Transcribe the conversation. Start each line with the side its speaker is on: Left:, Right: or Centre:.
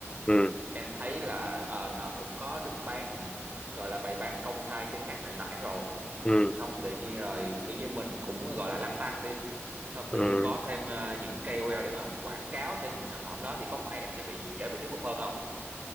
Left: ừ
Right: em thấy là ờ, nó cũng có được bán gọi là bày bán công khai trên các nền tảng rồi
Left: ừ
Right: xong rồi tự nhiên rồi kiểu như mình cũng gọi là lăn tăn đi xong tự
Left: ừ
Right: nhiên có thêm ờ, những KOL để mà quảng cáo thêm những sản phẩm đó thì có phải em sẽ bị dễ bị thuyết phục hơn không